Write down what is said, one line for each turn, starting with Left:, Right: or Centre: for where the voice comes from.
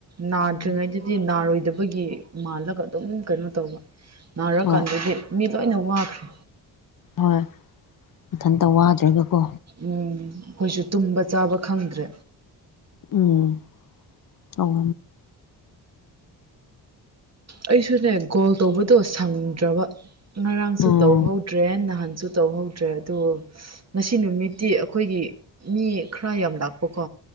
Right: ꯅꯥꯗ꯭ꯔꯤꯉꯩꯗ
Left: ꯎꯝ
Right: ꯁꯤ ꯅꯥꯔꯣꯏꯗꯕꯒꯤ ꯃꯥꯜꯂꯒ ꯑꯗꯨꯝ ꯀꯩꯅꯣ ꯇꯧꯕ ꯅꯥꯔꯀꯥꯟꯗꯗꯤ
Left: ꯍꯣꯏ
Right: ꯃꯤ ꯂꯣꯏꯅ ꯋꯥꯈ꯭ꯔꯦ
Left: ꯍꯣꯏ ꯃꯊꯟꯇ ꯋꯥꯗ꯭ꯔꯒꯀꯣ
Right: ꯎꯝ ꯑꯩꯈꯣꯏꯁꯨ ꯇꯨꯝꯕ ꯆꯥꯕ ꯈꯪꯗ꯭ꯔꯦ
Left: ꯎꯝ ꯇꯧ
Right: ꯑꯩꯁꯨꯅꯦ ꯒꯣꯜ ꯇꯧꯕꯗꯣ ꯁꯪꯗ꯭ꯔꯕ ꯉꯔꯥꯡꯁꯨ
Left: ꯑꯣ
Right: ꯇꯧꯍꯧꯗ꯭ꯔꯦ ꯅꯍꯥꯟꯁꯨ ꯇꯧꯍꯧꯗ꯭ꯔꯦ ꯑꯗꯨ ꯉꯁꯤ ꯅꯨꯃꯤꯠꯇꯤ ꯑꯩꯈꯣꯏꯒꯤ ꯃꯤ ꯈꯔ ꯌꯥꯝ ꯂꯥꯛꯄꯀꯣ